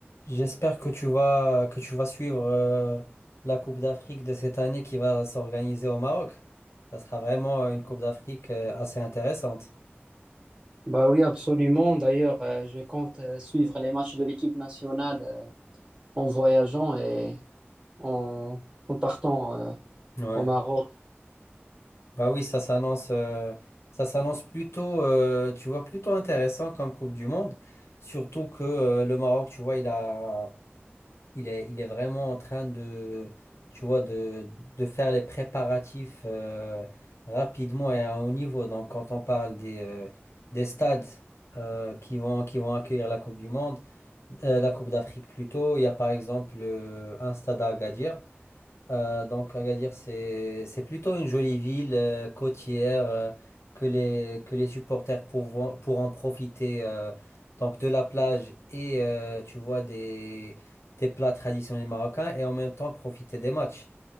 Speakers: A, on the left; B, on the right.
A: J'espère que tu vas que tu vas suivre euh, la Coupe d'Afrique de cette année qui va s'organiser au Maroc. Ça sera vraiment euh, une Coupe d'Afrique euh, assez intéressante.
B: Bah oui, absolument. D'ailleurs, euh, je compte euh, suivre les matchs de l'équipe nationale euh, en voyageant et en, en partant euh,
A: Ouais.
B: au Maroc.
A: Bah oui, ça s'annonce euh, ça s'annonce plutôt euh, tu vois plutôt intéressant comme Coupe du Monde, surtout que euh, le Maroc, tu vois, il a Il est, il est vraiment en train de, tu vois, de, de faire les préparatifs euh, rapidement et à un haut niveau. Donc, quand on parle des, euh, des stades euh, qui vont, qui vont accueillir la Coupe du Monde, euh, la Coupe d'Afrique plutôt, il y a par exemple euh, un stade à Agadir. Euh, donc Agadir, c'est c'est plutôt une jolie ville euh, côtière euh, que les que les supporters pourvont- pourront profiter euh, donc de la plage et euh, tu vois des des plats traditionnels marocains et en même temps profiter des matchs.